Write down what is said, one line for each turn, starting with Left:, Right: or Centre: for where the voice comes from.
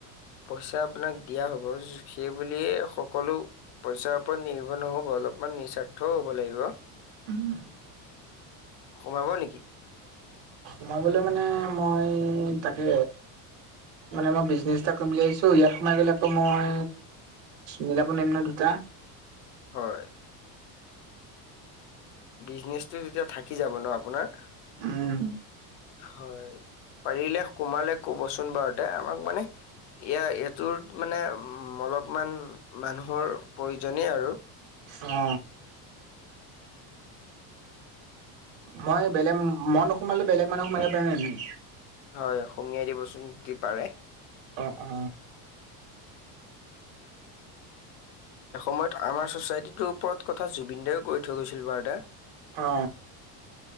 Left: পইচা আপোনাক দিয়া হব সেই বুলিয়ে সকলো পইচাৰ ওপৰত নিৰ্ভৰ নহব। অলপমান নিস্বাৰ্থও হ'ব লাগিব।
Right: উম।
Left: সোমাব নেকি?
Right: সোমাবলৈ মানে মই তাকে মানে মই বিজনেছ এটা কৰিম বুলি আহিছো ইয়াত সোমাই গ'লে আকৌ মই মিলাব নোৱাৰম ন দুটা
Left: হয়। বিজনেচটো তেতিয়া থাকি যাব ন আপোনাৰ।
Right: উম।
Left: হয় পাৰিলে সোমালে কবচোন বাৰু তে আমাক মানে এয়া এইটোৰ মানে উ অলপমান মানুহৰ প্ৰয়োজনেই আৰু।
Right: অ। মই বেলেগ মন নোসোমালো বেলেগ মানুহ সোমালে পাৰে না
Left: হয় অসমীয়াই দিবচোন দি পাৰে।
Right: অ অ।
Left: এসময়ত আমাৰ ছচাইটিটোৰ ওপৰত কথা জুবিন দায ইও কৈ থৈ গৈছিল বাৰদা
Right: অ